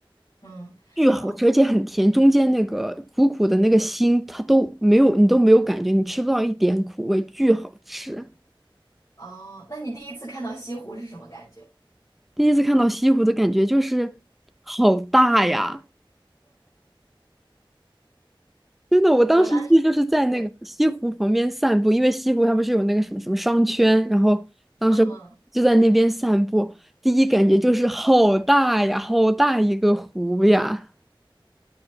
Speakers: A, on the left; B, in the centre.
A: 嗯，
B: 巨好吃，
A: 然后
B: 而且很甜，中间那个苦苦的那个心，它都没有，你都没有感觉，你吃不到一点苦味，巨好吃。
A: 哦，那你第一次看到西湖是什么感觉？
B: 第一次看到西湖的感觉就是好大呀！真的，我当时去就是在那个西湖旁边散步，
A: 我当时对，
B: 因为西湖它不是有那个什么什么商圈，然后当时就在那边散步，
A: 嗯，
B: 第一感觉就是好大呀，好大一个湖呀！